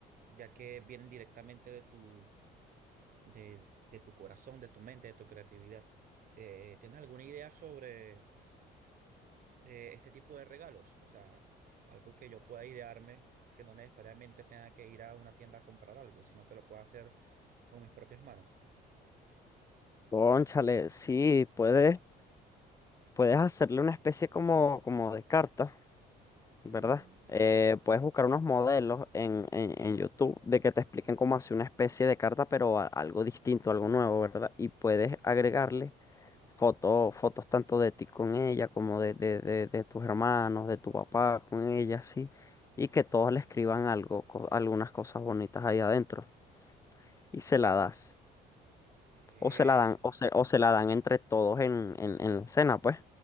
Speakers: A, on the right; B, on the left.
A: ya que vienen directamente de tu, de, de tu corazón, de tu mente, de tu creatividad. Eh, ¿tienes alguna idea sobre... eh, este tipo de regalos. O sea, algo que yo pueda idearme, que no necesariamente tenga que ir a una tienda a comprar algo, sino que lo pueda hacer con mis propias manos.
B: Cónchale, sí, puedes, puedes hacerle una especie como, como de carta ¿verdad?
A: Mm,
B: Eh, puedes buscar unos modelos en, en, en YouTube de que te expliquen cómo hacer una especie de carta, pero a- algo distinto, algo nuevo, ¿verdad? Y puedes agregarle fotos, fotos tanto de ti con ella como de, de, de, de tus hermanos, de tu papá con ella, sí. Y que todos le escriban algo, co- algunas cosas bonitas ahí adentro. Y se la das.
A: ey,
B: O se la dan, o se, o se la dan entre todos en, en, en la cena, pues.